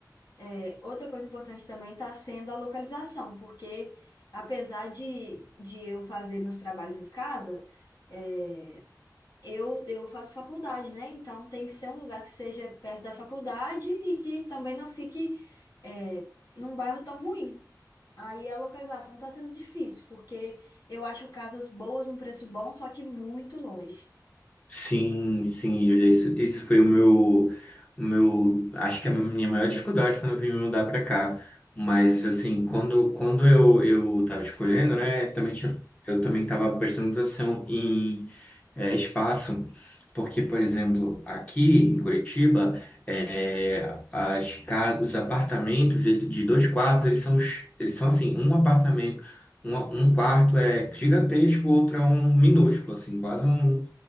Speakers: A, on the left; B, on the left.
A: É, outra coisa importante também está sendo a localização, porque apesar de, de eu fazer meus trabalhos em casa, é, eu, eu faço faculdade, né? Então tem que ser um lugar que seja perto da faculdade e que também não fique, é, num bairro tão ruim. Aí a localização está sendo difícil, porque eu acho casas boas num preço bom, só que muito longe.
B: Sim, sim, Júlia, isso, isso foi o meu, o meu, acho que é a minha maior dificuldade quando eu vim me mudar pra cá. Mas, assim, quando, quando eu, eu tava escolhendo, né, também tinha, eu também tava prestando atenção em é, espaço, porque, por exemplo, aqui em Curitiba, é, as ca- os apartamentos ele- de dois quartos, eles são, os- eles são assim, um apartamento, um, um quarto é gigantesco, o outro é um minúsculo, assim, quase um,